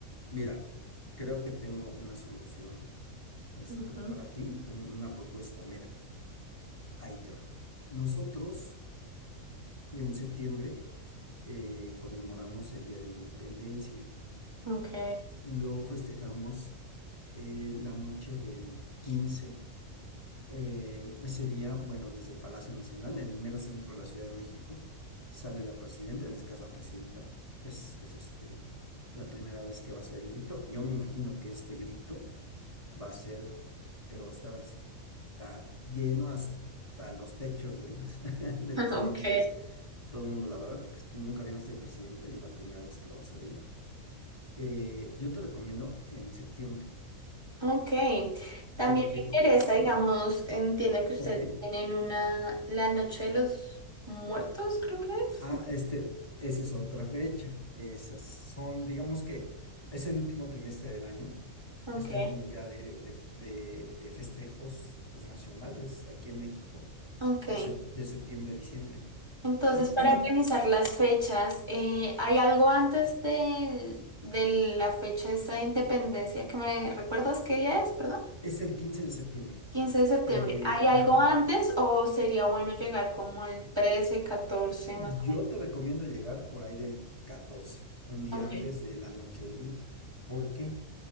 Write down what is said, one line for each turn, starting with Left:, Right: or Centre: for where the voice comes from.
Left: mira, creo que tengo una solución este,
Right: Ujú,
Left: para ti un- una propuesta. Mira, ahí te va. Nosotros en septiembre eh, conmemoramos el Día de la Independencia.
Right: Ok,
Left: Lo festejamos eh, la noche del quince Eh, ese día, bueno, desde Palacio Nacional, en el mero centro de la Ciudad de México, sale la presidenta, en este caso la presidenta, es, es este, la primera vez que va a hacer el grito. Yo me imagino que este grito va a ser, pero va a estar hasta lleno hasta los techos de las- <laughs> de los
Right: <laughs> ok,
Left: edificios. Todo el mundo la va a ver porque nunca había sido presidenta y es la primera vez que lo va a hacer ella. Eh, yo te recomiendo en septiembre.
Right: ok. También
Left: ¿Por qué?
Right: me
Left: Por-
Right: interesa,
Left: aún-
Right: digamos, entiendo que ustedes
Left: ok.
Right: tienen una, la Noche de los Muertos, creo que es.
Left: Ah, este, esa es otra fecha. Esas son, digamos que es el último trimestre del año.
Right: Ok,
Left: Está lleno ya de, de, de- de festejos pues, nacionales aquí en México
Right: ok.
Left: de, sep- de septiembre a diciembre.
Right: Entonces,
Left: <clears throat>
Right: para organizar las fechas, eh, ¿hay algo antes del- de, la fecha esa de independencia que me recuerdas qué día es? Perdón.
Left: Es el 15 de septiembre.
Right: quince de septiembre.
Left: Eh,
Right: ¿Hay algo
Left: ajá.
Right: antes o sería bueno llegar como el 13, 14
Left: Yo
Right: más o menos?
Left: te recomiendo llegar por ahí del 14, un día
Right: Ok.
Left: antes de la noche del grito. ¿Por qué?